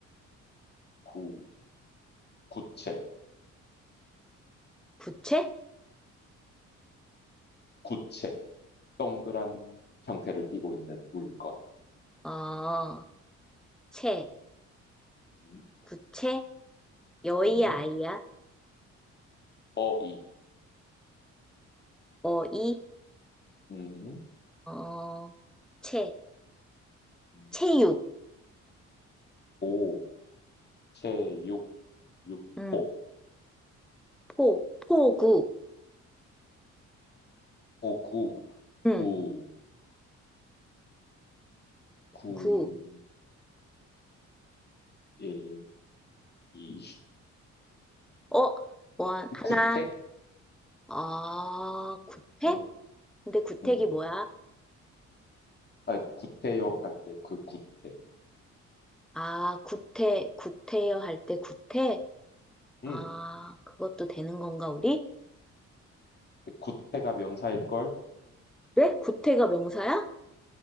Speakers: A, on the left; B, in the centre.
A: 구. 구체.
B: 부채?
A: 구체. 동그란 형태를 띠고 있는 물건.
B: 어, 채,
A: 음.
B: 구채, 여의야,
A: 음.
B: 아이야,
A: 어이.
B: 어이,
A: 음.
B: 어, 채,
A: 음.
B: 체육,
A: 오. 체육. 육폭.
B: 음, 포, 포구,
A: 구구.
B: 음,
A: 구. 구.
B: 구,
A: 구, 일. 이.
B: 어, 원, 하나,
A: 구택?
B: 어, 구태?
A: 어,
B: 근데 구택이
A: 음.
B: 뭐야?
A: 아, 구태여 할 때 그 구택.
B: 아, 구태, 구태여 할 때 구태?
A: 음.
B: 아, 그것도 되는 건가, 우리?
A: 구태가 명사일걸?
B: 그래? 구태가 명사야?